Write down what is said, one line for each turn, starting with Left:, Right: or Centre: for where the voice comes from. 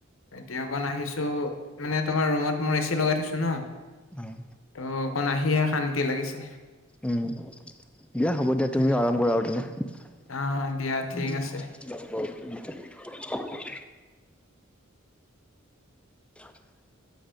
Left: এতিয়া অকণ আহিছো মানে তোমাৰ ৰুমত মোৰ এ চি লগাই থৈছো ন।
Centre: উম।
Left: ত' অকণ আহিহে শান্তি লাগিছে।
Centre: উমঁ' দিয়া হ'ব দিয়া তুমিও
Left: উম
Centre: আৰাম কৰা আৰু তেনে।
Left: অ
Centre: <unintelligible>
Left: দিয়া ঠিক আছে
Centre: <unintelligible>